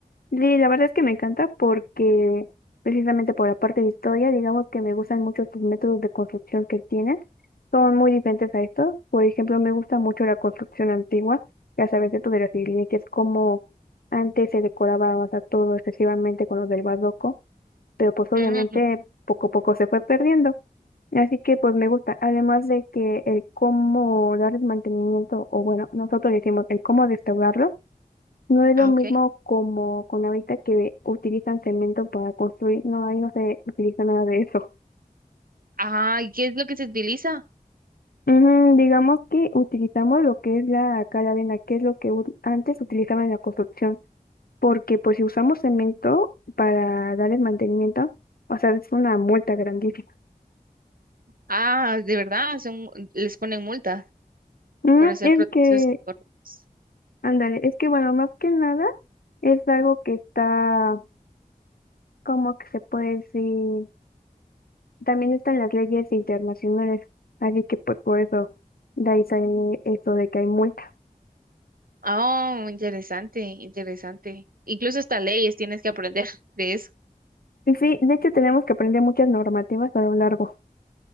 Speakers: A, on the left; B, on the right.
A: Sí, la verdad es que me encanta porque precisamente por la parte de historia, digamos que me gustan mucho sus métodos de construcción que tienen. Son muy diferentes a estos. Por ejemplo, me gusta mucho la construcción antigua, ya sabes, esto de las iglesias, como antes se decoraba, o sea, todo excesivamente con los del barroco, pero pues obviamente
B: Mm,
A: poco a poco se fue perdiendo. Así que pues me gusta, además de que el cómo darles mantenimiento, o bueno, nosotros decimos el cómo restaurarlo no es lo
B: ah,
A: mismo
B: ok.
A: como con ahorita que utilizan cemento para construir, no, ahí no se utiliza nada de eso.
B: Ah, ¿y qué es lo que se utiliza?
A: Ujú, digamos que utilizamos lo que es la cal arena, que es lo que ut- antes utilizaba en la construcción, porque pues si usamos cemento para darles mantenimiento, o sea, es una multa grandísima.
B: Ah, de verdad, son, les ponen multas
A: Mm,
B: por hacer
A: es
B: procesos
A: que,
B: incorrectos.
A: ándale, es que bueno, más que nada es algo que está, como que se puede decir? También están las leyes internacionales, así que pues por eso de ahí sale eso de que hay multa.
B: Ah, oh, interesante, interesante. Incluso hasta leyes tienes que aprender <laughs> de eso.
A: Y sí, de hecho tenemos que aprender muchas normativas a lo largo.